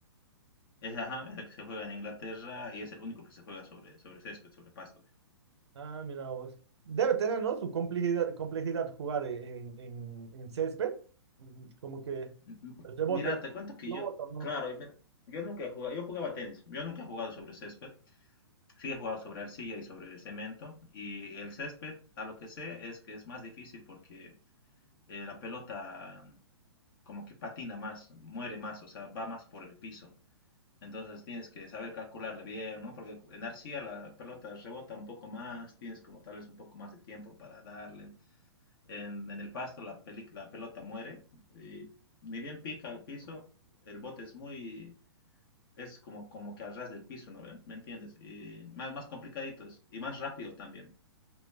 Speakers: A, on the left; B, on the right.
A: es, ajá, es el que se juega en Inglaterra y es el único que se juega sobre, sobre césped, sobre pasto. digo.
B: Ah, mira vos. Debe tener, ¿no? Su complejidad, complejidad jugar en, en, en césped. Mm, Como que
A: M- m-
B: el rebote,
A: Mira,
B: la
A: te cuento que
B: pelota,
A: yo,
B: ¿no?
A: claro, y mira, yo nunca he jugado, yo jugaba tenis, yo nunca he jugado sobre césped, sí he jugado sobre arcilla y sobre cemento, y el césped, a lo que sé, es que es más difícil porque eh, la pelota como que patina más, muere más, o sea, va más por el piso. Entonces tienes que saber calcularle bien, ¿no? Porque en arcilla la pelota rebota un poco más, tienes como tal vez un poco más de tiempo para darle. En, en el pasto la, peli- la pelota muere y ni bien pica el piso, el bote es muy, es como, como que al ras del piso, ¿no ven? ¿Me entiendes? Y más, más complicadito es, y más rápido también.